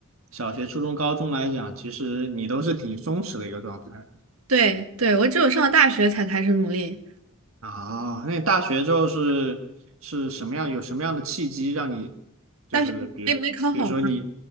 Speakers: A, on the right; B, on the right.
A: 小学、初中、高中来讲，其实你都是挺松弛的一个状态
B: 对对，我只有上了大学才开始努力。
A: 啊。那你大学之后是是什么样？有什么样的契机让你就是比如比如说你
B: 大学没没考好嘛，